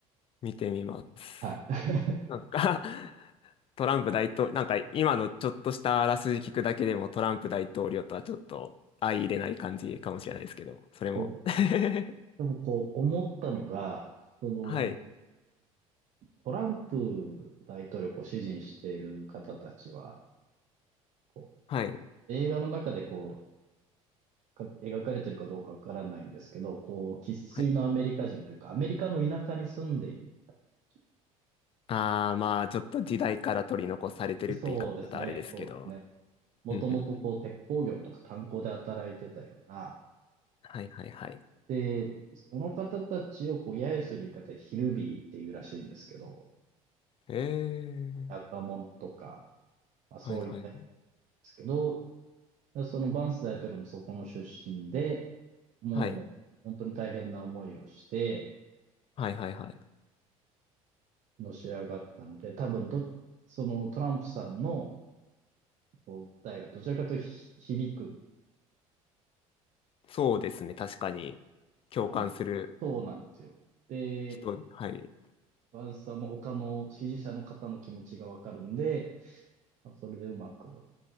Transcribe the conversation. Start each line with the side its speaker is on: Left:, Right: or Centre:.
Left: 見てみます。
Right: はい。<laughs>
Left: なんか <laughs> トランプ大統領、なんか今のちょっとしたあらすじ聞くだけでもトランプ大統領とはちょっと相入れない感じかもしれないですけど、それも。
Right: そう
Left: <laughs>
Right: でもこう思ったのが、その
Left: はい、
Right: トランプ大統領をこう支持している方たちは、こ
Left: はい、
Right: う映画の中でこうか描かれているかどうかわからないんですけど、こう生粋のアメリカ人というか、
Left: はい。
Right: アメリカの田舎に住んでいる方たち。
Left: ああ、まあちょっと時代から取り残されてるって言い方はあれですけど。
Right: そうですね、そうですね。もともとこう鉄鋼業とか炭鉱で働いてたような、
Left: ふんふんふんはい、はい、はい。
Right: で、その方たちをこう揶揄する言い方でヒルビリーっていうらしいんですけど、
Left: ええ、
Right: 若者とか、まあそういった意味なんで
Left: はい、はい、は
Right: すけど、でそのバンス大統領もそこの出身で、もう本当に大変な思いをして
Left: い。はい、はい、はい、はい。
Right: のし上がったので、多分ど、そのトランプさんのこう訴えがどちらかというとひ響く、
Left: そうですね、確かに。共感する
Right: あの、そうなんですよ。で、
Left: 人、はい。
Right: バンスさんも他の支持者の方の気持ちがわかるんで、それでうまく、